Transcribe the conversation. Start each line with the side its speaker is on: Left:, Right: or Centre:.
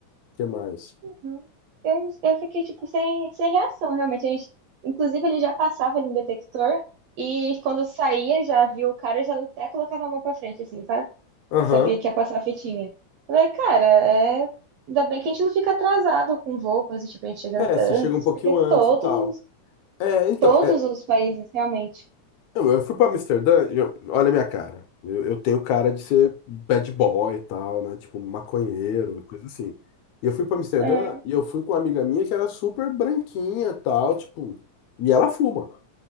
Left: que mais?
Right: Hum, Eu, eu fiquei, tipo, sem, sem reação, realmente. A gente, inclusive, ele já passava ali no detector e quando saía, já viu o cara, já até colocava a mão pra frente, assim, sabe?
Left: Aham.
Right: Que Sabia que ia passar a fitinha. Eu falei, cara, é... ainda bem que a gente não fica atrasado com voo, coisa tipo, a gente chega
Left: É,
Right: antes,
Left: você chega um pouquinho
Right: porque
Left: antes
Right: todos,
Left: e tal. É, então,
Right: todos
Left: é,
Right: os países, realmente.
Left: Eu, eu fui pra Amsterdã, e eu- olha a minha cara. Eu, eu tenho cara de ser bad boy e tal, né? Tipo, maconheiro, coisa assim. E eu fui pra Amsterdã
Right: É.
Left: e eu fui com uma amiga minha que era super branquinha e tal, tipo. E ela fuma.